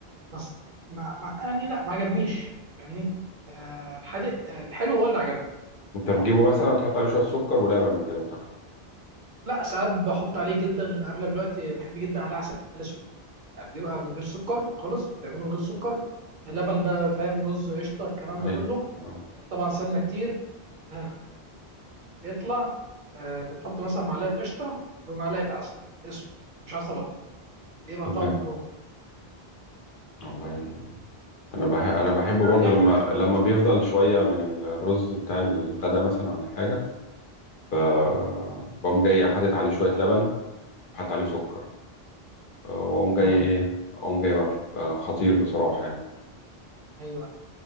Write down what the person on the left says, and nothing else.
انت
بتجيبه مثلا تحط عليه شويه سكر ولبن وكده وتاكله
اه
ايوه
آه.
تمام
والله انا بح... انا بحبه برضو
لما
لما بيفضل شويه من الرز بتاع الغدا مثلا ولا حاجه ب... بقوم جاي حاطط عليه شويه لبن حاطط عليه سكر أه، واقوم جاي
ايه اقوم جاي واكله أه، خطير بصراحه يعني